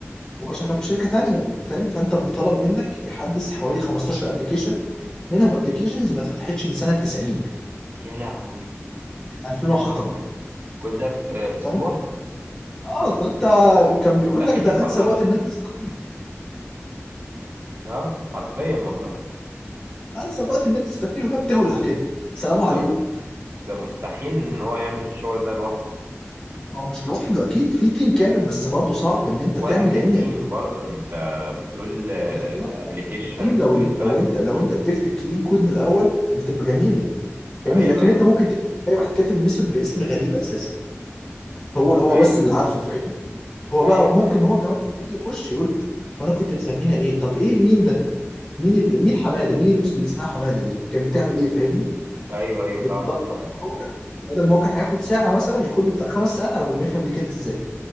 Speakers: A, on the left (about 15°); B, on the right (about 45°).
A: وهو شغال في شركه تانيه فاهم فانت مطالب منك يحدث حوالي 15 ابلكيشن منهم ابلكيشنز ما اتفتحتش من سنه 90
B: يا لهوي
A: من 2000
B: يا
A: وحطبه
B: نهار ابيض كل ده في آه، اسبوع
A: فانت اه فانت كان
B: مستحيل
A: بيقول لك ده
B: يخلصهم
A: انسب وقت ان انت
B: ده
A: تستقيل
B: اه حرفيا والله
A: انسب وقت ان انت تستقيل وهي بتولع كده سلام
B: بالظبط
A: عليكم
B: ده مستحيل ان هو يعمل الشغل ده لوحده
A: ما هو مش لوحده اكيد في تيم كامل بس برضه صعب ان انت
B: ولا
A: تعمل
B: كتيم
A: لان
B: برضه انت بتقول ابلكيشنز
A: لا لا التيم لو
B: من
A: لو
B: سنة 90
A: انت لو انت بتكتب كلين كود من الاول بتبقى جميله فاهمني
B: ايوه
A: لكن
B: ايوه
A: انت ممكن تكتب تلاقي واحد كاتب ميثود باسم غريب اساسا هو هو
B: ايوه
A: بس اللي عارفه فاهمني هو
B: ايوه
A: بقى
B: فهمت
A: ممكن هو كمان لما يجي يخش يقول هو انا كنت بسميها ايه طب ايه مين ده مين اللي مين حماده مين الميثود اللي اسمها حماده دي كانت بتعمل ايه فاهمني
B: ايوه ايوه
A: يضطر
B: فهمت
A: بدل
B: فهمت
A: ما هو كان بدل ما هو كان هياخد ساعه مثلا ياخد له بتاع خمس ساعات على بال ما يفهم دي كانت ازاي